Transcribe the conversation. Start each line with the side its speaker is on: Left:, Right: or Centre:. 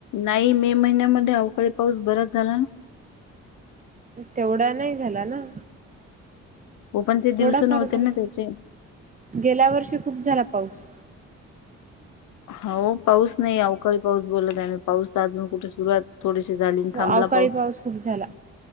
Left: नाही मे महिन्यामध्ये अवकाळी पाऊस बराच झाला ना.
Right: तेवढा नाही झाला ना,
Left: हो पण ते दिवस
Right: थोडाफार
Left: नव्हते
Right: झाला.
Left: ना त्याचे
Right: गेल्या वर्षी खूप झाला पाऊस.
Left: हो पाऊस नाही अवकाळी पाऊस बोलत आहे पाऊस अजून कुठे सुरुवात थोडीशी झालेली थांबला
Right: अवकाळी
Left: पाऊस.
Right: खूप झाला